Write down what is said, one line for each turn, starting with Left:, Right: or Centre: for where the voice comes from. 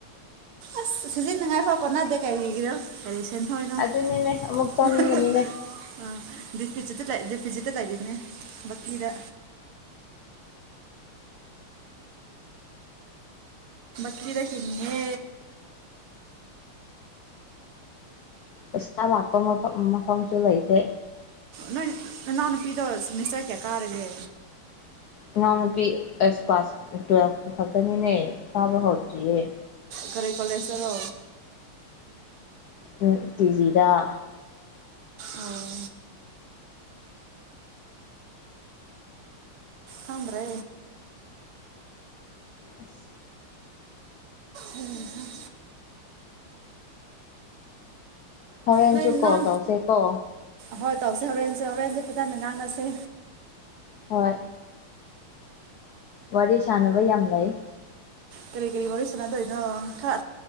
Right: ꯑꯁ ꯁꯤꯖꯤꯟꯅꯉꯥꯏꯐꯥꯎ ꯀꯣꯟꯅꯗꯦ ꯀꯔꯤꯒꯤꯅꯣ ꯀꯔꯤ ꯁꯤꯟꯗꯣꯏꯗꯣ
Left: ꯑꯗꯨꯅꯤꯅꯦ ꯑꯃꯨꯛ ꯆꯥꯅꯤꯡꯒꯅꯤꯅꯦ
Right: <unintelligible> ꯐꯤꯖꯤꯠꯇ ꯂꯥꯛꯗꯣꯏꯅꯦ ꯕꯀꯤꯗ ꯀꯏꯗ ꯏꯅꯦ
Left: ꯄꯩꯁꯥ ꯂꯥꯛꯄ ꯃꯐꯝ ꯃꯐꯝꯁꯨ ꯂꯩꯇꯦ
Right: ꯅꯣꯏ ꯅꯅꯥꯎ ꯅꯨꯨꯄꯤꯗꯣ ꯁꯤꯃꯤꯁꯇꯔ ꯀꯌꯥ ꯀꯥꯔꯒꯦ
Left: ꯏꯅꯥꯎꯅꯨꯄꯤ ꯑꯁ ꯀ꯭ꯂꯥꯁ ꯇꯨꯋꯦꯜꯐ ꯈꯛꯇꯅꯤꯅꯦ ꯀꯥꯕ ꯍꯧꯗ꯭ꯔꯤꯌꯦ
Right: ꯀꯔꯤ ꯀꯣꯂꯦꯖꯇꯔꯣ
Left: ꯎꯝ ꯇꯤꯖꯤꯗꯥ
Right: ꯑꯣ ꯍꯟ꯭ꯔꯦ
Left: ꯑꯁ
Right: ꯎꯝ ꯍꯝ
Left: ꯍꯣꯔꯦꯟꯁꯨ
Right: ꯅꯣꯏ
Left: ꯀꯣꯜ
Right: ꯅꯅꯥꯎ
Left: ꯇꯧꯁꯦ ꯀꯣ
Right: ꯍꯣꯏ ꯇꯧꯁ ꯍꯣꯔꯦꯟꯁꯦ ꯍꯣꯔꯦꯟꯁꯦ ꯐꯊꯟꯅ ꯉꯥꯡꯅꯁꯤ
Left: ꯍꯣꯏ ꯋꯥꯔꯤ ꯁꯥꯟꯅꯕ ꯌꯥꯝ ꯂꯩ
Right: ꯀꯔꯤ ꯀꯔꯤ ꯋꯥꯔꯤ ꯁꯥꯟꯅꯗꯣꯏꯅꯣ ꯈꯔ